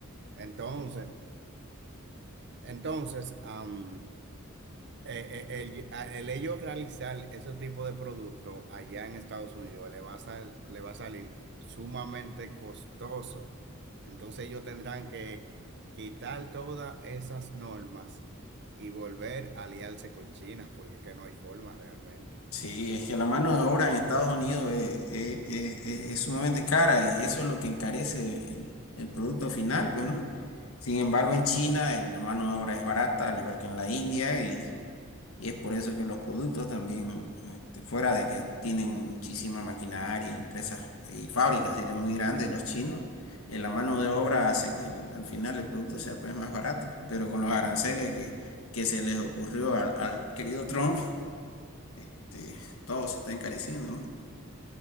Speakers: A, on the right; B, on the left.
A: Entonces, entonces, am, eh, eh, el, a- el ellos realizar ese tipo de producto allá en Estados Unidos le va a sal- le va a salir sumamente costoso. Entonces ellos tendrán que quitar todas esas normas y volver a aliarse con China, porque es que no hay forma realmente.
B: Sí, es que la mano de obra en Estados Unidos es, es- es- es sumamente cara y eso es lo que encarece el, el producto final, pues, ¿no? Sin embargo, en China eh, la mano de obra es barata, al igual que en la India, y, Y es por eso que los productos también, este, fuera de que tienen muchísima maquinaria, empresas y fábricas, serían muy grandes los chinos, eh, la mano de obra hace que el- al final el producto sea pues más barato. Pero con los aranceles que, que se les ocurrió al, al querido Trump, este, todo se está encareciendo, ¿no?